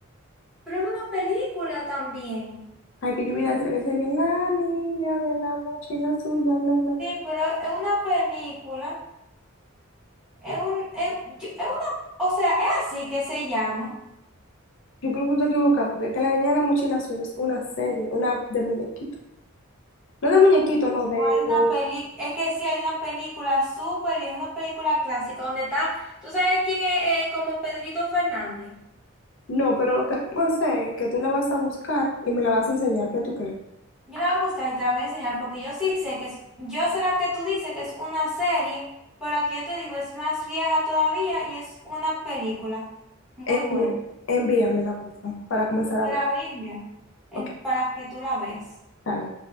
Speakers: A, in the centre; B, on the left (about 65°).
A: pero era una película también.
B: Hay que yo vi la serie que dice que la niña de la mochila azul, bla, bla, bla, bla.
A: Sí, pero es una película, es un, es, yo- es una, o sea, es así que se llama.
B: Yo creo que tú te equivocas, porque es que la niña de la mochila azul es una serie, una de muñequito. No de muñequito, no,
A: No
B: de,
A: hay una
B: de-
A: peli, es que sí hay una película súper y es una película clásica donde está, ¿tú sabes quién es eh, como Pedrito Fernández?
B: No, pero lo que vamos a hacer es que tú la vas a buscar y me la vas a enseñar, ¿qué tú crees?
A: Yo la voy a buscar y te la voy a enseñar porque yo sí sé que es, yo sé la que tú dices que es una serie, pero aquí yo te digo es más vieja todavía y es una película. Muy
B: Envi-
A: buena.
B: envíamela, por favor, para comenzar
A: Te
B: a ver.
A: la voy a enviar en-
B: Ok,
A: para que tú la veas.
B: está bien.